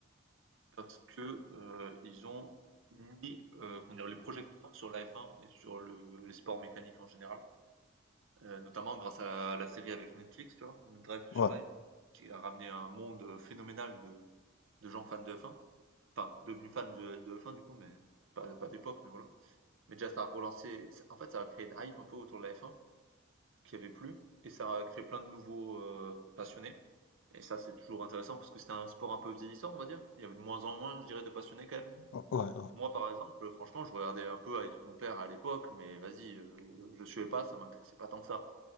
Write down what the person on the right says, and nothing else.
parce que euh, ils ont mis euh, comment dire, les projecteurs sur la F1 et sur le, les sports mécaniques en général, euh, notamment grâce à la série avec Netflix, tu vois, le Drive to
Survive, qui a ramené un monde phénoménal de, de gens fans de F1, enfin devenus fans de, de F1 du coup, mais pas, pas d'époque, mais voilà. Mais déjà, ça a relancé, ça- en fait, ça a créé une hype un peu autour de la F1 qui avait plus et ça a créé plein de nouveaux euh, passionnés. Et ça, c'est toujours intéressant parce que c'était un sport un peu vieillissant, on va dire. Il y avait de moins en moins, je dirais, de passionnés quand même.
Moi, par exemple, franchement, je regardais un peu avec mon père à l'époque, mais vas-y, euh, je suivais pas, ça m'intéressait pas tant que ça.